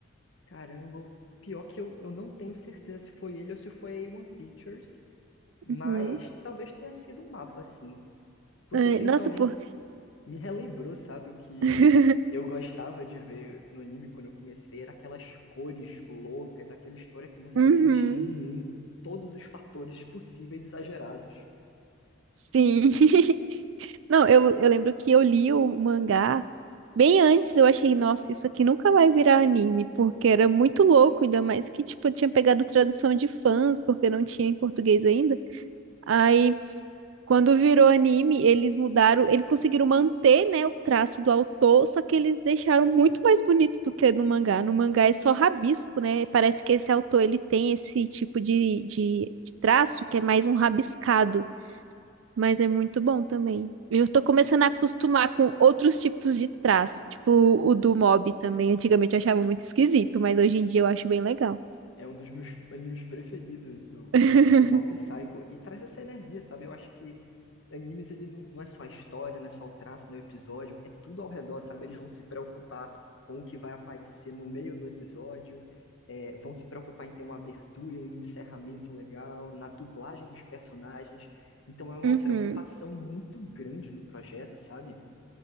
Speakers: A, on the left; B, on the right.
A: Caramba, o pior que eu, eu não tenho certeza se foi ele ou se foi a A1 Pictures, Mas
B: Uhum.
A: talvez tenha sido um mapa, assim. Poxa,
B: Ai,
A: Chainsaw
B: Nossa,
A: Man
B: por...
A: me relembrou, sabe, o que
B: <laughs>
A: eu gostava de ver no anime quando eu comecei, era aquelas cores loucas, aquela história que não faz
B: Uhum,
A: sentido nenhum, com todos os fatores possíveis e exagerados.
B: sim. <laughs> Não, eu, eu lembro que eu li o mangá Bem antes eu achei, nossa, isso aqui nunca vai virar anime, porque era muito louco, ainda mais que, tipo, eu tinha pegado tradução de fãs, porque não tinha em português ainda. Aí, quando virou anime, eles mudaram, eles conseguiram manter, né, o traço do autor, só que eles deixaram muito mais bonito do que no mangá. No mangá é só rabisco, né? Parece que esse autor, ele tem esse tipo de, de de traço que é mais um rabiscado. Mas é muito bom também. Eu tô começando a acostumar com outros tipos de traço, tipo o do mob também. Antigamente eu achava muito esquisito, mas hoje em dia eu acho bem legal.
A: É um dos meus animes preferidos, o, o,
B: <laughs>
A: o Mob Psycho. E traz essa energia, sabe? Eu acho que animes, ele não, não é só a história, não é só o traço, não é o episódio, é tudo ao redor, sabe? Eles vão se preocupar com o que vai aparecer no meio do episódio, é, vão se preocupar em ter uma abertura e um encerramento legal, na dublagem dos personagens. Então é uma
B: Uhum.
A: preocupação muito grande no projeto, sabe?